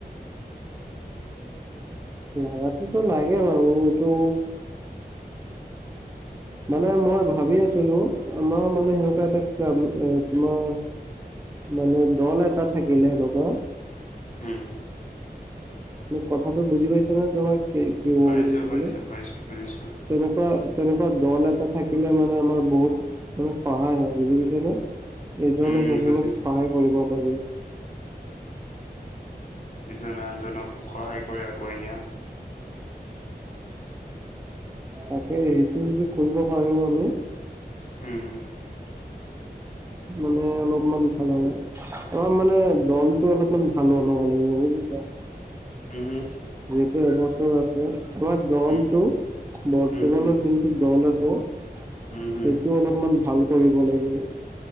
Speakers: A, on the right; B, on the left.
A: লাগাটোতো লাগে বাৰু এইটো মানে মই ভাবি আছিলো, আমাৰ মানে সেনেকুৱা এটা কাম এ তোমাৰ মানে দল এটা থাকিলে সেনেকুৱা।
B: হুম।
A: মোক কথাটো বুজি পাইছা নে তোমাক কি কব বিচাৰিছো
B: পাইছো পাইছো
A: মানে,
B: পাইছো বুজিছো
A: তেনেকুৱা তেনেকু দল এটা থাকিলে মানে আমাৰ বহুত মানে সহায় হয় বুজি পাইছা নহয়? ইজনে
B: উম
A: সেইজনক
B: বুজিছো
A: সহায় কৰিব পাৰি।
B: ইজনে আনজনক সহায় কৰি আগুৱাই নিয়াত
A: তাকে সেইটো যদি কৰিব পাৰেও আমি।
B: হুম।
A: মানে অলপমান ভাল হয় অ মানে দলটো অলপমান ভাল ওলাব লাগিব বুজিছা
B: হু হু
A: যিহেতু এবছৰ আছে আমাৰ দলটো
B: উম উম
A: বৰ্তমানৰ
B: উম হম
A: যোনটো দল আছে। সেইটো
B: উম হম
A: অলপমান ভাল কৰিব লাগিব